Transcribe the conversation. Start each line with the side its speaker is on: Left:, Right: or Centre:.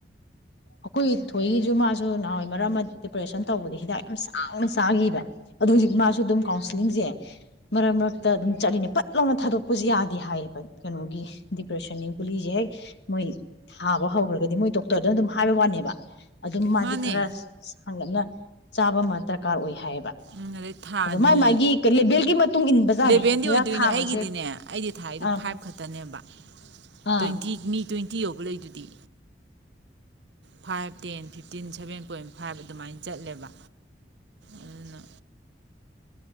Left: ꯑꯩꯈꯣꯏ ꯊꯣꯏꯒꯤꯁꯨ ꯃꯥꯁꯨ ꯅꯍꯥꯟꯋꯥꯏ ꯃꯔꯛ ꯗꯤꯄ꯭ꯔꯦꯁꯟ ꯇꯧꯕꯗ ꯍꯤꯗꯥꯛ ꯌꯥꯝ ꯁꯥꯡꯅ ꯆꯥꯈꯤꯕ ꯑꯗꯨꯗꯣ ꯍꯧꯖꯤꯛ ꯃꯥꯁꯨ ꯑꯗꯨꯝ ꯀꯥꯎꯟꯁꯤꯂꯤꯡꯁꯦ ꯃꯔꯛ ꯃꯔꯛꯇ ꯑꯗꯨꯝ ꯆꯠꯂꯤꯅꯦ ꯐꯠ ꯂꯥꯎꯅ ꯊꯥꯗꯣꯛꯄꯁꯨ ꯌꯥꯗꯦ ꯍꯥꯏꯌꯦꯕ ꯀꯩꯅꯣꯒꯤ ꯗꯤꯄ꯭ꯔꯦꯁꯟꯒꯤ ꯒꯨꯂꯤꯁꯦ ꯍꯦꯛ ꯃꯣꯏ ꯊꯥꯕ ꯍꯧꯈ꯭ꯔꯒꯗꯤ ꯃꯣꯏ ꯗꯣꯛꯇꯔꯗꯅ ꯑꯗꯨꯝ ꯍꯥꯏꯕꯋꯥꯒꯅꯦꯕ ꯑꯗꯨꯝ ꯃꯥꯗꯤ
Right: ꯃꯥꯅꯦ
Left: ꯈꯔ ꯍꯪꯒꯠꯅ ꯆꯥꯕ ꯑꯃ ꯗꯔꯀꯥꯔ ꯑꯣꯏ ꯍꯥꯏꯌꯦꯕ
Right: ꯎꯝ ꯑꯗꯩ ꯊꯥ
Left: ꯑꯗꯣ
Right: ꯑꯅꯤ
Left: ꯃꯥꯏ ꯃꯥꯒꯤ ꯂꯦꯚꯦꯜꯒꯤ ꯃꯇꯨꯡ ꯏꯟꯕꯖꯥꯠꯅꯤ
Right: ꯂꯦꯚꯦꯟꯗꯤ
Left: ꯍꯤꯗꯥꯛ
Right: ꯑꯣꯏꯗꯣꯏꯅꯦ
Left: ꯊꯥꯕꯁꯦ
Right: ꯑꯩꯒꯤꯗꯤꯅꯦ ꯑꯩꯗꯤ ꯊꯥ ꯑꯩꯗꯣ
Left: ꯑꯥ
Right: ꯐꯥꯏꯚ ꯈꯛꯇꯅꯦꯕ
Left: ꯑꯥ
Right: ꯇ꯭ꯋꯦꯟꯇꯤ ꯃꯤ ꯇ꯭ꯋꯦꯟꯇꯤ ꯇꯤꯌꯣ <inaudible> ꯂꯩꯗꯨꯗꯤ five ten fifteen seven point five ꯑꯗꯨꯃꯥꯏꯅ ꯆꯠꯂꯦꯕ ꯑꯗꯨꯅ